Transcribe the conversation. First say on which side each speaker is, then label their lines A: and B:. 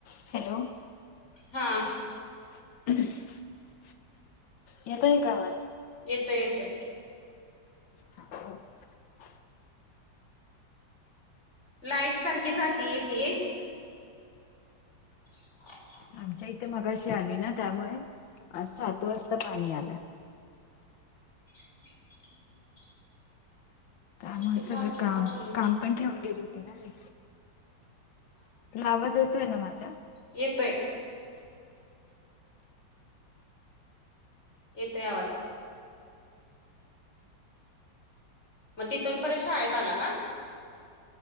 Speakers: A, on the left; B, on the left.
A: Hello.
B: हा.
A: <inaudible> येतोय का आवाज.
B: येतय येतय.
A: <inaudible>
B: लाईट सारखी जातीय येतीये. <inaudible> <unintelligible>
A: आमच्या इथे मगाशी आली ना त्यामुळे आज सात वासता पाणी आलं.
B: <inaudible>
A: त्यामुळे
B: की सारखी
A: सगळं काम
B: जाते
A: काम पण ठेवून गेली होती ना मी. आवाज येतोय ना माझा?
B: येतंय. येतंय आवाज. मग तिथून परत शाळेत आला का?